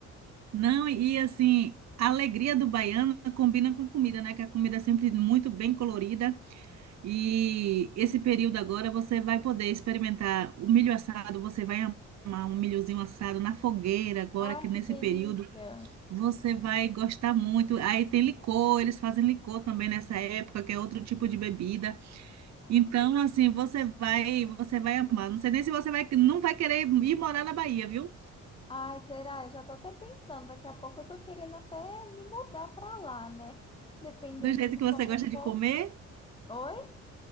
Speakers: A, on the right; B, on the left.
A: Não, e assim, a alegria do baiano combina com comida, né? Que a comida é sempre muito bem colorida. E esse período agora você vai poder experimentar o milho assado, você vai amar um milhozinho assado na fogueira agora
B: Ai,
A: que nesse
B: que delícia!
A: período você vai gostar muito. Aí tem licor, eles fazem licor também nessa época, que é outro tipo de bebida. Então, assim, você vai, você vai amar. Não sei nem se você vai, não vai querer ir morar na Bahia, viu?
B: Ai, será? Eu já tô até pensando, daqui a pouco eu tô querendo até me mudar para lá, né? <laughs> Dependendo
A: Do jeito
B: de
A: que você
B: como
A: gosta
B: for.
A: de comer,
B: Oi?